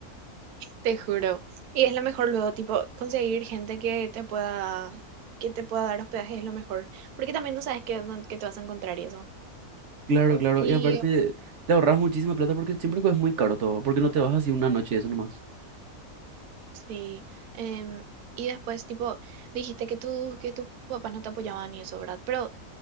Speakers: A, on the right (about 75°); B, on the right (about 55°).
A: Te juro. Y es lo mejor luego, tipo, conseguir gente que te pueda, que te pueda dar hospedaje es lo mejor. Porque también no sabes qué, dónde- qué te vas a encontrar y eso.
B: Claro, Claro. claro.
A: Y
B: Y aparte, te ahorras muchísima plata porque siempre es muy caro todo, porque no te vas así una noche, eso nomás.
A: sí. em, y después, tipo, dijiste que tus, que tus papás no te apoyaban y eso, ¿verdad? Pero